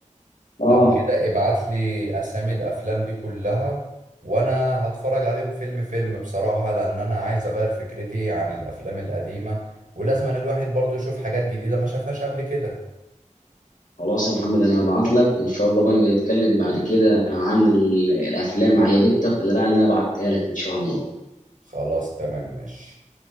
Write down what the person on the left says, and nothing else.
اه
خلاص يا محمد انا هبعت لك وان شاء الله بقى نبقى نتكلم بعد كده عن ال- الافلام عجبتك ولا لا اللي انا بعتها لك ان شاء الله